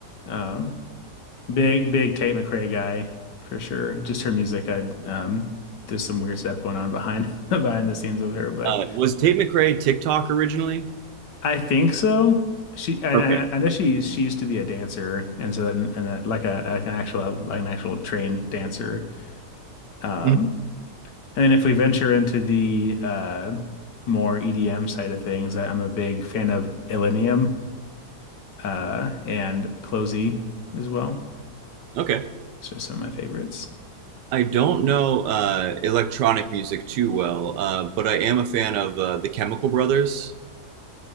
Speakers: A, on the left; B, on the right.
A: Um, Big, big Tate McRae guy for sure. Just her music, I um, there's some weird stuff going on behind <laughs> behind the scenes with her, but
B: Uh, was Tate McRae TikTok originally?
A: I think so. She, and
B: Okay.
A: I, I know she
B: Okay.
A: she used to be a dancer, and so then and that, like a like an actual like an actual trained dancer. Um,
B: Mhm.
A: and then if we venture into the uh more EDM side of things, I, I'm a big fan of Illenium uh and Closey as well.
B: Okay.
A: Those are some of my favorites.
B: I don't know uh, electronic music too well, uh, but I am a fan of uh, the Chemical Brothers.